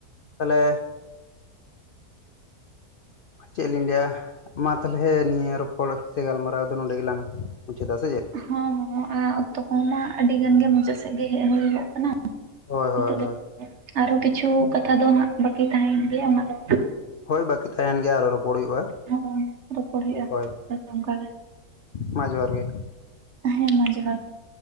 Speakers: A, on the left (about 60°); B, on the right (about 55°).
A: ᱛᱟᱦᱞᱮ ᱪᱮᱫ ᱞᱤᱧ ᱞᱟᱹᱭᱟ ᱢᱟ ᱛᱟᱦᱞᱮ ᱱᱤᱭᱟᱹ ᱨᱚᱯᱚᱲ ᱥᱮ ᱜᱟᱞᱢᱟᱨᱟᱣ ᱫᱚ ᱱᱚᱰᱮ ᱜᱮᱞᱟᱝ ᱢᱩᱪᱟᱹᱫᱟ ᱥᱮ ᱪᱮᱫ?
B: ᱦᱚᱸ ᱦᱚᱸ ᱟᱸ ᱚᱠᱛᱚ ᱠᱚᱦᱚᱸ ᱢᱟ ᱟᱹᱰᱤ ᱜᱟᱱ ᱜᱮ ᱢᱩᱪᱟᱹᱫ ᱥᱮᱫ ᱜᱮ ᱦᱮᱡ ᱦᱩᱭᱩᱜᱚᱜ ᱠᱟᱱᱟ ᱾
A: ᱦᱳᱭ
B: ᱱᱤᱛᱚᱜ
A: ᱦᱳᱭ ᱦᱳᱭ
B: ᱫᱚ ᱟᱨᱚ ᱠᱤᱪᱷᱩ ᱠᱟᱛᱷᱟ ᱫᱚ ᱦᱟᱸᱜ ᱵᱟᱹᱠᱤ ᱛᱟᱦᱮᱱ ᱜᱮᱭᱟ ᱚᱱᱟ ᱫᱚ
A: ᱦᱳᱭ ᱵᱟᱹᱠᱤ ᱛᱟᱦᱮᱱ ᱜᱮᱭᱟ ᱟᱨᱚ ᱨᱚᱯᱚᱲ ᱦᱩᱭᱩᱜᱼᱟ
B: ᱦᱚᱸ ᱨᱚᱯᱚᱲ ᱦᱩᱭᱩᱜᱼᱟ
A: ᱦᱳᱭ᱾
B: ᱦᱟᱸᱜ ᱚᱱᱠᱟ ᱜᱮ
A: ᱢᱟ ᱡᱚᱦᱟᱨ ᱜᱮ᱾
B: ᱦᱮᱸ ᱢᱟ ᱡᱚᱦᱟᱨ ᱜᱮ ᱾